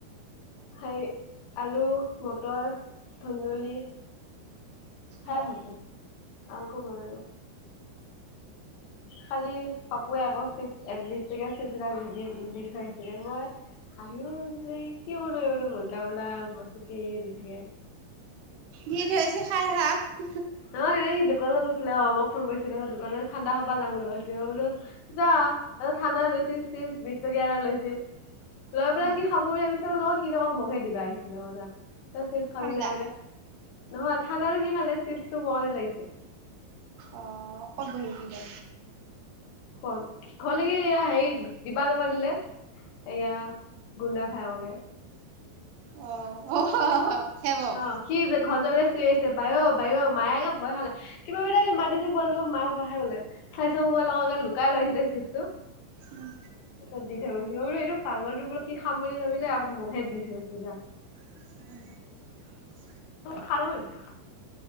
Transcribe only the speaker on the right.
অ
দি থৈছে খাৰ শাক
উম
ঠাণ্ডা
অ কত বনোন দে
অ অ সেইবোক
উম
উ